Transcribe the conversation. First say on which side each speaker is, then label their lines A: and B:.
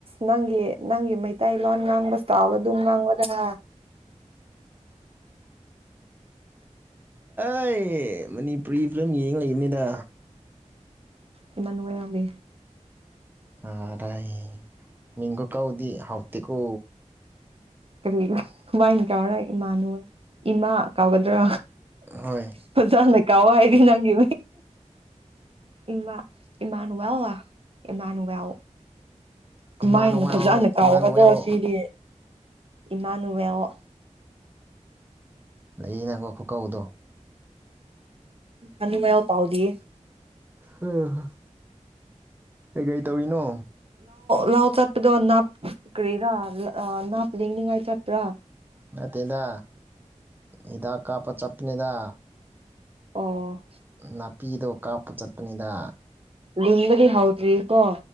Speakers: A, on the right; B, on the right.
A: ꯅꯪꯒꯤ ꯅꯪꯒꯤ ꯃꯩꯇꯩ ꯂ ꯉꯥꯡꯕꯁ ꯇꯕ ꯑꯗꯨ ꯂꯕꯗ
B: ꯑꯩ ꯃꯅꯤꯄꯨꯔꯤ ꯐꯤꯂꯝ ꯌꯦꯡ ꯂꯩꯕꯅꯤꯗ
A: ꯏꯥꯃ ꯅꯣꯏꯌꯥꯝꯕꯤ
B: ꯑꯔ ꯗꯥꯏ ꯃꯤꯡꯒ ꯀꯥꯎꯗꯤ ꯍꯥꯎꯇꯦꯛꯀꯣ
A: ꯀꯔꯤ ꯋꯥꯏꯅ ꯀꯥꯎꯔ ꯏꯃꯥꯅꯨ ꯏꯃꯥ ꯀꯥꯎꯒꯗ꯭ꯔꯥ
B: ꯍꯣꯏ
A: ꯍꯖꯥ ꯀꯥꯎ ꯍꯥꯏꯗꯤ ꯅꯪꯒꯤ ꯏꯃꯥ ꯏꯃꯥꯅꯨ ꯌꯥꯋꯥ ꯏꯃꯥꯅ ꯌꯥꯎ ꯀꯃꯥꯏꯅ
B: ꯏꯃꯥꯅꯨꯋꯦꯜ
A: ꯐꯖꯅ ꯀꯥꯎꯒꯗ꯭ꯔꯣ
B: ꯏꯃꯥꯅꯨꯋꯦꯜ
A: ꯁꯤꯗꯤ ꯏꯃꯥꯅꯨꯋ
B: ꯑ ꯑ ꯅꯪꯀ ꯈꯨꯀꯧꯗꯣ
A: ꯑꯅꯃꯎ ꯇꯥꯎꯗꯤ
B: ꯑ ꯀꯩ ꯀꯩ ꯇꯧꯔꯤꯅꯣ
A: ꯂꯍꯥꯎ ꯆꯠꯄꯗꯣ ꯅꯥꯞ ꯀꯔꯤꯔꯥ ꯅꯥꯞ ꯂꯦꯡꯅꯤꯡꯉꯥꯏ ꯆꯠꯇ꯭ꯔꯥ
B: ꯅꯠꯇꯦꯗ ꯍꯤꯗꯥꯛ ꯀꯥꯞꯄ ꯆꯠꯄꯅꯤꯗ
A: ꯑꯣ
B: ꯅꯥꯄꯤꯗꯣ ꯀꯥꯞꯄ ꯆꯠꯄꯅꯤꯗ
A: ꯂꯤꯕꯥꯗꯤ ꯍꯥꯎꯗ꯭ꯔꯤ ꯀꯣ